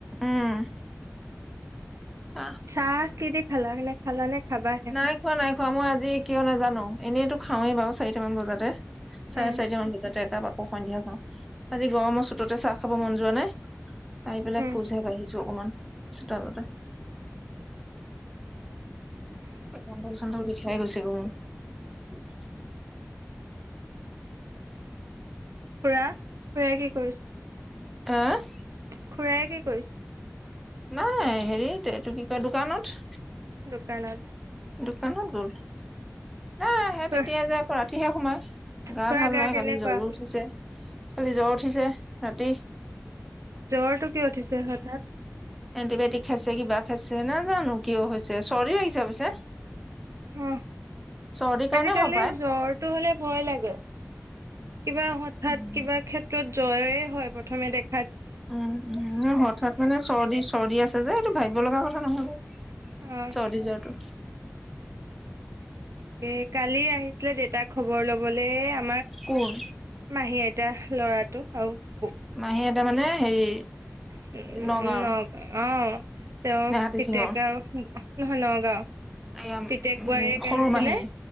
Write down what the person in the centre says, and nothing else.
উম' আহ
নাই খোৱা নাই- খোৱা মই আজি কিয় নাজানো, এনেইতো খাওঁৱেই বাৰু চাৰিটামান বজাতে।
চাৰে চাৰিটা মান ভিতৰতে একাপ। আকৌ সন্ধিয়া খাওঁ। আজি গৰমৰ তাতে চাহ খাব মন যোৱা নাই, আহি পেলাই
খোজহে বাঢ়িছে। অকমান চোতালতে। কন্ধল চন্ধল বিষাই গৈছে গৈ মোৰ। উম <unintelligible> <inaudible>
আহ'
নাই হেৰিত, এইটো কি কয় দোকানত।
দোকানত গ'ল এ সেই
তেতিয়াই যে আকৌ ৰাতিহে সোমাই গা
ভাল নাই
কালি জ্বৰো উঠিছে কালি জ্বৰ উঠিছে ৰাতি
এণ্টিবায়টিক খাইছে কিবা খাইছে নাজানো কিয় হৈছে চৰ্দি লাগিছে পিছে
চৰ্দিৰ কাৰণে
হ'ব
পায়
উম উ হঠাৎ মানে চৰ্দি চৰ্দি আছে যে এইটো ভাবিব লগা কথা নহয়
চদি জ্বৰটো
কোন
মাহী এটা মানে হেৰি
নগাঁওৰ
নেহাতী
সিঙৰ
এয়া
উম,
সৰু
মাহী